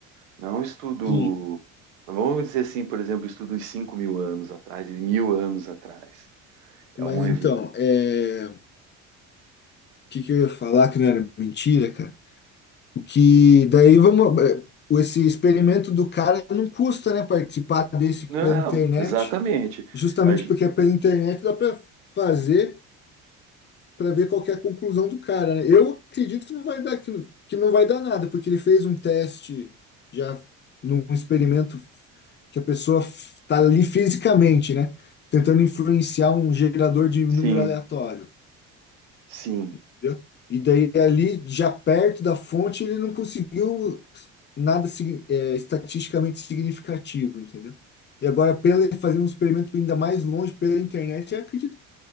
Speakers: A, on the right; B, on the left.
A: Não é um estudo,
B: sim,
A: vamos dizer assim, por exemplo, estudo de 5 mil anos atrás, e de mil anos atrás. É
B: mas
A: um.
B: então,
A: ev-
B: é, o que que eu ia falar que não era mentira, cara? O que daí vamos. é, o- Esse experimento do cara não custa, né? Participar desse aqui
A: Não,
B: pela internet,
A: exatamente.
B: justamente
A: A gen-
B: porque é pela internet dá para fazer. para ver qual que é a conclusão do cara, né? Eu acredito que não vai dar que não, que não vai dar nada, porque ele fez um teste já num experimento que a pessoa está ali fisicamente, né? Tentando influenciar um gerador de número
A: Sim,
B: aleatório,
A: sim,
B: entendeu? E daí ali, já perto da fonte, ele não conseguiu nada sig- é, estatisticamente significativo, entendeu? E agora, pela fazer um experimento ainda mais longe pela internet, eu acredito